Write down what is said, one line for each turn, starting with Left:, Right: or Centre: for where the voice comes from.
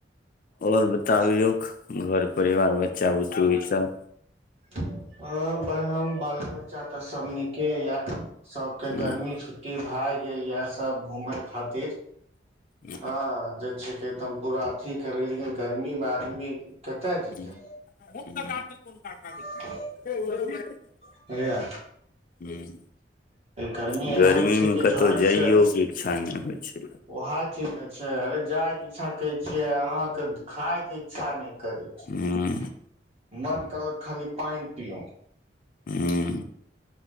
Left: और बताबियौक घर परिवार बच्चा बुतरु इ सब।
Right: हँ, ब् बाल-बच्चा तऽ सब नीके यए। सबके गर्मी
Left: ह
Right: छुट्टी भाए गेल यए। सब घूमय खातिर,
Left: ह
Right: हँ जे छै एकदम पूरा अथी करय, लेकिन गर्मीमे आदमी
Left: ह्म
Right: कतय जेतै
Left: ह्म <unintelligible>
Right: <unintelligible>
Left: <inaudible>
Right: भैया,
Left: ह
Right: गर्मी
Left: गर्मीमे
Right: एहन छै कि
Left: कतहु
Right: घरसे
Left: जाइयोके इच्छा नहि होइ छै
Right: वहए चीज न छै। अरे जाय <unintelligible> इच्छा कहै छियै, अहाँके खायके इच्छा नहि करै छै।
Left: हूँ
Right: मन करल खाली पानि पियाउँ।
Left: ह्म।